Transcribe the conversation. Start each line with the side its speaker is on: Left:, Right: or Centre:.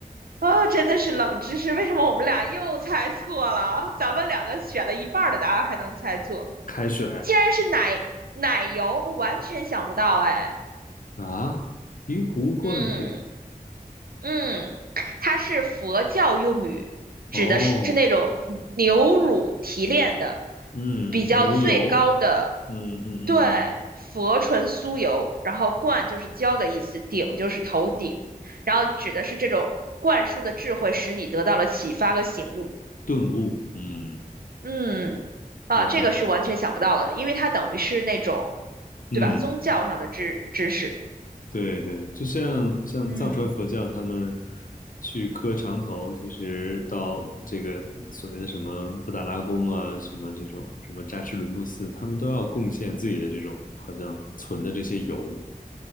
Right: 啊，真的是冷知识，为什么我们俩又猜错了啊？咱们两个选了一半儿的答案还能猜错，
Left: 开水
Right: 竟然是奶奶油，完全想不到哎。
Left: 啊，醍醐灌顶，
Right: 嗯。嗯，它是佛教用语，指的是是那种牛乳提炼的
Left: 哦，嗯，
Right: 比较最高的，
Left: 牛油，嗯嗯嗯嗯，
Right: 对，佛纯酥油，然后冠就是浇的意思，顶就是头顶，然后指的是这种灌输的智慧，使你得到了启发和醒悟。
Left: 顿悟，嗯
Right: 嗯，啊，
Left: ，OK，
Right: 这个是完全想不到的，因为它等于是那种，
Left: 嗯。
Right: 对吧？宗教上的知知识。
Left: 对对，就像像藏传佛教，
Right: 嗯。
Left: 他们去磕长头，其实到这个所谓的什么布达拉宫啊，什么这种什么扎什伦布寺，他们都要贡献自己的这种好像存的这些油，